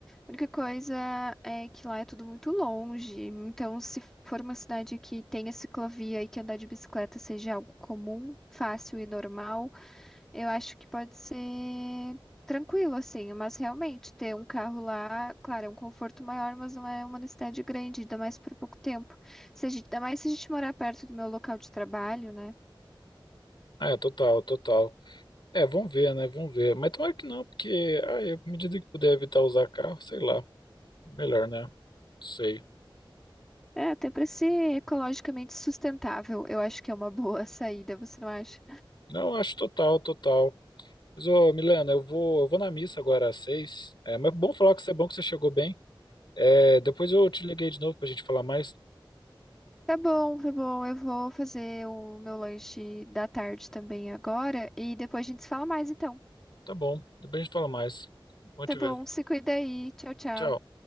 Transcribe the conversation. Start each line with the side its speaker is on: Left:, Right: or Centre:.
Centre: única coisa é que lá é tudo muito longe. Então, se for uma cidade que tenha ciclovia e que andar de bicicleta seja algo comum, fácil e normal, eu acho que pode ser tranquilo, assim. Mas realmente, ter um carro lá, claro, é um conforto maior, mas não é uma necessidade grande, ainda mais por pouco tempo. Se a gente... Ainda mais se a gente morar perto do meu local de trabalho, né?
Left: Ah, É, total, total. É, vamos ver, né? Vamos ver. Mas tomara que não, porque, ah, é, à medida que puder evitar usar carro, sei lá, melhor, né? Sei.
Centre: É, até para ser ecologicamente sustentável, eu acho que é uma <laughs> boa saída, você não acha?
Left: Não, acho total, total. Mas, ô, Milena, eu vou, eu vou na missa agora às seis. É, mas é bom falar que você é bom que você chegou bem. É, depois eu te liguei de novo pra gente falar mais.
Centre: Tá bom, tá bom, eu vou fazer o meu lanche da tarde também agora e depois a gente se fala mais então.
Left: Tá bom, depois a gente fala mais. Bom
Centre: Tá
Left: te
Centre: bom,
Left: ver.
Centre: se cuida aí. Tchau, tchau.
Left: Tchau.